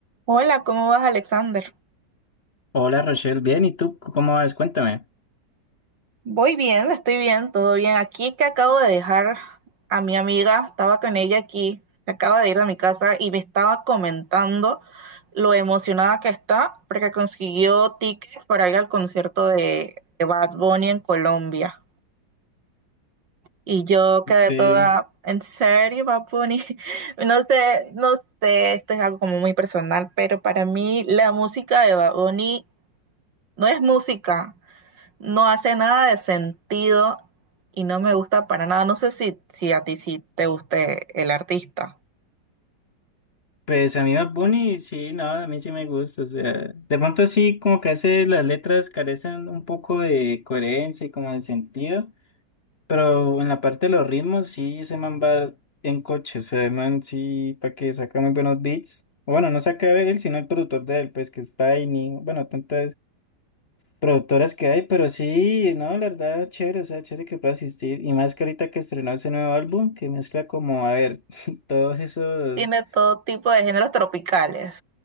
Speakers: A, on the right (about 90°); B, on the left (about 40°).
A: Hola, ¿cómo vas, Alexander?
B: Hola Rochelle, bien, ¿y tú cómo vas? Cuéntame.
A: Voy bien, estoy bien, todo bien. Aquí que acabo de dejar a mi amiga, estaba con ella aquí, acaba de ir a mi casa y me estaba comentando lo emocionada que está porque consiguió tickets para ir al concierto de, de Bad Bunny en Colombia. Y yo quedé
B: Ve,
A: toda, ¿en serio, Bad Bunny? <laughs> No sé, no sé, esto es algo como muy personal, pero para mí la música de Bad Bunny no es música. No hace nada de sentido y no me gusta para nada. No sé si, si a ti sí te guste el artista.
B: Pues a mí Bad Bunny, sí, no, a mí sí me gusta, o sea, de pronto sí, como que a veces las letras carecen un poco de coherencia y como de sentido, pero en la parte de los ritmos sí, ese man va en coche, o sea, el man sí, para que saca muy buenos beats, o bueno, no saca él, sino el productor de él, pues que está Tiny, bueno, tanto productoras que hay, pero sí, no, la verdad, chévere, o sea, chévere que pueda asistir. Y más que ahorita que estrenó ese nuevo álbum, que mezcla como, a ver, <laughs> todos esos.
A: Tiene todo tipo de géneros tropicales.